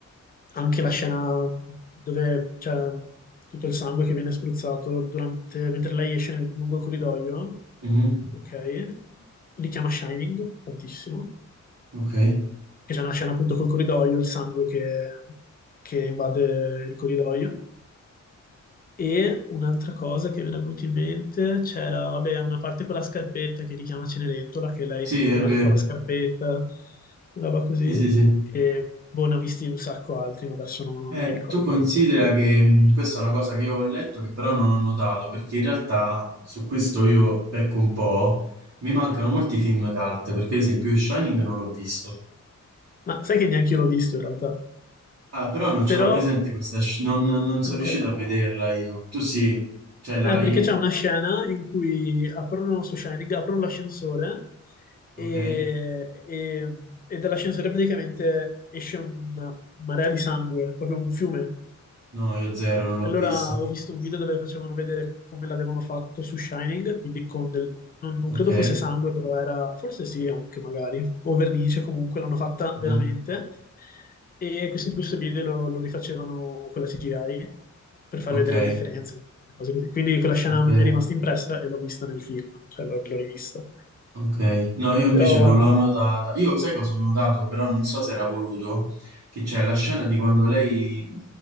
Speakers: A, on the left; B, on the right.
A: Anche la scena dove c'è tutto il sangue che viene spruzzato durante- mentre lei esce nel- lungo il corridoio,
B: Mhm.
A: ok? Richiama Shining tantissimo
B: Ok.
A: che c'è una scena appunto col corridoio, il sangue che, che invade il corridoio. E un'altra cosa che mi era venuta in mente c'era, vabbè, una parte con la scarpetta che richiama Cenerentola, che lei
B: Sì,
A: si metteva
B: è vero.
A: con la scarpetta, una roba così.
B: Sì, sì, sì.
A: E boh, ne ho visti un sacco altri, ma adesso non, non
B: Eh,
A: mi ricordo
B: tu considera
A: più.
B: che mh, questa è una cosa che io ho letto che però non ho notato, perché in realtà su questo io pecco un po', mi mancano molti film cult, perché ad esempio Shining non l'ho visto.
A: Ma sai che neanche io l'ho visto in realtà.
B: Ah, però non ce
A: Però,
B: l'ho presente questa, sci- non, non sono
A: ok.
B: riuscito a vederla io. Tu sì, cioè l'hai...
A: Eh, perché c'è una scena in cui aprono su Shining, aprono l'ascensore e,
B: Ok?
A: e- e dall'ascensore praticamente esce una marea di sangue, proprio un fiume.
B: No, io zero, non l'ho
A: E Allora
B: visto.
A: ho visto un video dove facevano vedere come l'avevano fatto su Shining, quindi con del... Non, non
B: Ok?
A: credo fosse sangue, però era... Forse sì, anche magari. O vernice, comunque l'hanno fatta
B: Mhm.
A: veramente. E questo, in questo video lo, lo rifacevano con la CGI per far
B: Ok,
A: vedere le differenze, le cose così. Quindi quella scena
B: ok.
A: mi è rimasta impressa e l'ho vista nel film, cioè l'ho l'ho rivista.
B: Ok, no, io invece
A: Però...
B: non l'ho notata. Io sai cosa ho notato, però non so se era voluto, che c'è la scena di quando lei,